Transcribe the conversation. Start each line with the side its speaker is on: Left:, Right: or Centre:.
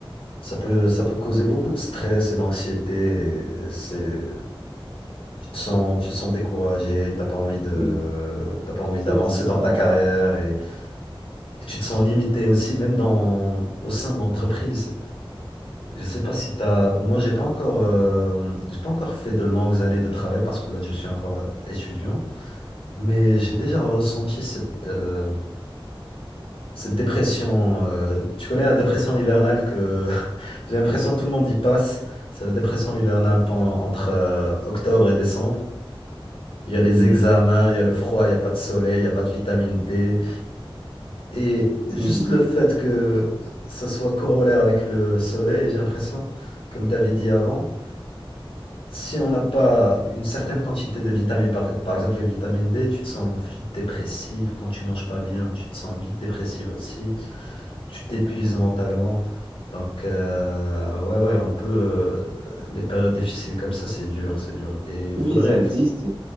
Left: ça peut, ça peut causer beaucoup de stress et d'anxiété. et C'est, Tu te sens, tu te sens découragé, t'as pas envie de,
Right: Oui,
Left: t'as pas envie
Right: c'est
Left: d'avancer
Right: c'est
Left: dans
Right: ça.
Left: ta
Right: on-
Left: carrière et, et tu te sens limité aussi, même dans, au sein de l'entreprise. Je sais pas si t'as, moi j'ai pas encore, euh, j'ai pas encore fait de longues années de travail parce que là je suis encore euh, étudiant, mais j'ai déjà ressenti cette, euh, cette dépression. euh, tu connais la dépression hivernale que <laughs> j'ai l'impression que tout le monde y passe. C'est la dépression hivernale pen- entre euh, octobre et décembre. Il y a les
Right: Mhm.
Left: examens, il y a le froid, il n'y a pas de soleil, il n'y a pas de vitamine D. Et juste
Right: Oui, oui.
Left: le fait que ça soit corollaire avec le soleil, j'ai l'impression, comme tu avais dit avant, si on n'a pas une certaine quantité de vitamines, par, par exemple les vitamines D, tu te sens vite dépressive quand tu manges pas bien, tu te sens vite dépressive aussi, tu t'épuises mentalement. Donc, euh, ouais, ouais, un peu, euh, les périodes difficiles comme ça, c'est dur, c'est dur. Et il
Right: Oui,
Left: faudrait
Right: ça existe.